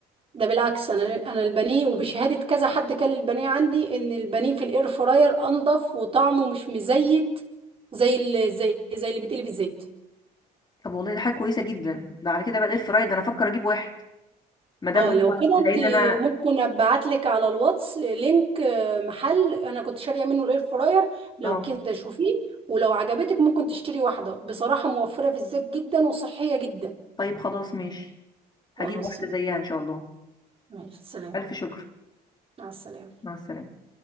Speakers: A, on the right; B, on the left.
A: ده بالعكس انا انا البانيه وبشهاده كذا حد كان البانيه عندي ان البانيه في الاير فراير انضف وطعمه مش مزيت زي اللي زي زي اللي بيتقلي في الزيت
B: طب والله ده حاجه كويسه جدا ده على كده بقى الاير فراير ده انا افكر اجيب واحد ما دام
A: اه
B: هو
A: لو كده
B: لان
A: انت
B: انا
A: ممكن ابعت لك على الواتس لينك آه، محل انا كنت شاريه منه الاير فراير لو
B: اه
A: كده شوفيه ولو عجبتك ممكن تشتري واحده بصراحه موفره في الزيت جدا وصحيه جدا
B: طيب خلاص ماشي هجيب
A: خلاص
B: واحدة زيها ان شاء الله
A: ماشي سلام
B: ألف شكر
A: مع السلامه
B: مع السلامة